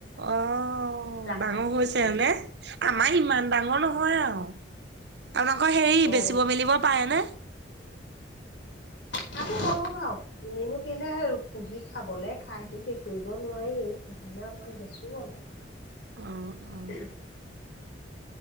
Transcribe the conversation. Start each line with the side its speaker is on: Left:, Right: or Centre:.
Right: অ
Left: জাক
Right: ডাঙৰ
Left: পাতি
Right: হৈছে
Left: পাতি আহিছে।
Right: হয়নে আমাৰ ইমান ডাঙৰ নহয় আও। আপোনালোক হেৰি
Left: অ',
Right: বেচিব মেলিব পাৰেনে?
Left: বেচাটো কৰো বাও এনেইনো কেলে পুহি খাবলে খাইতো শেষ কৰিব নোৱাৰি। সেইকাৰণে অকণমান বেছো অলপ।
Right: অ
Left: <unintelligible>
Right: অ